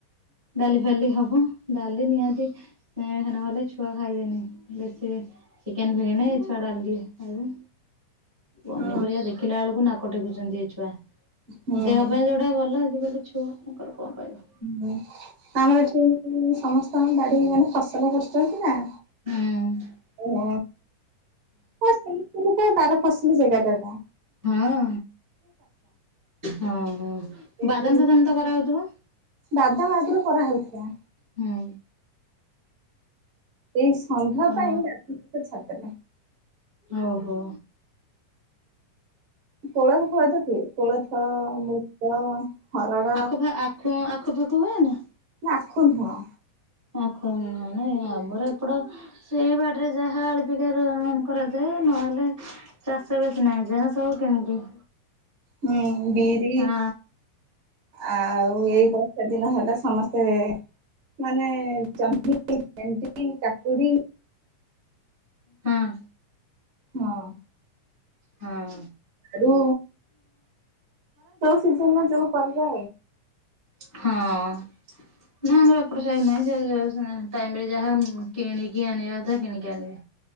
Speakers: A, on the right; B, on the right.
A: ଡାଲି ଫାଲି ହବ ଡାଲି ନିହାତି ଏ ନହେଲେ ଛୁଆ ଖାଇବେନି। ବେଶୀ ଚିକେନେ ଫିକେନେ ଛୁଆ ଡାଲି ଖାଇବେ। ପନିପରିବା
B: ହୁଁ।
A: ଦେଖିଲା ଏଳାକୁ ନାକ ଟେକୁଛନ୍ତି ଏ ଛୁଆ
B: ହୁଁ
A: ଦେହ ପାଇଁ ଯୋଉଟା ଭଲ ଆଜି କାଲି ଛୁ କୁଆଙ୍କର କଣ ପାଇବ।
B: ହୁଁ ଉଁ ଆମର ଏଠି ସମସ୍ତଙ୍କ ବାଡି ମାନେ ଫସଲ କରୁଛନ୍ତି ନା।
A: ହୁଁ।
B: ହଁ ଫା ସେଇ ଜାଗା ଟା ବାର ଫସଲି ଜାଗା ଟା ନା।
A: ହଁ ହଁ ହଁ
B: ଏଇ
A: ବାଦାମ ଫାଦାମ ତ କରାହଉଥିବ?
B: ବାଦାମ ଆଗରୁ କରାହଉଥିଲା।
A: ହୁଁ।
B: ଏଇ ଷଣ୍ଢ
A: ହଁ
B: ପାଇଁ ରାତିପଥ ଛାତିଲେ।
A: ଓହୋ।
B: କୋଳଥ ଖାଉଚ କି କୋଳଥ, ମୁଗ। ହରଡ
A: ଆଖ ଆଖୁ ଆଖୁ ପାଖୁ ହୁଏ ନା।
B: ନା ଆଖୁ ନୁହ।
A: ଆଖୁ ନୁହ ନାଇ ଆମର ଏପଟ ସେଇ ବାଟେ ରେ ଯାହା ଆଳପିକାର କରାଯାଏ ନହେଲେ ଚାଷ ବେଶୀ ନାଇଁ ଯାହା ସବୁ କିଣିକି।
B: ହୁଁ ବିରି
A: ହଁ
B: ଆଉ ଏଇ ବଷା ଦିନ ହେଲା ସମସ୍ତେ ମାନେ ଜମ, ଭେଣ୍ଡି, କାକୁଡି
A: ହଁ।
B: ଆ ହଁ।
A: ହଁ।
B: ଆରୁ ସିଜନ୍ ଯେଉ ପରିବା।
A: ହଁ। ନା ଆମର ଏପଟ ସାଇ ନାହିଁ ସେ ଯୋ ଟାଇମ ରେ ଯାହା କିଣିକି ଆଣିବା କଥା କିଣିକି ଆଣିବେ।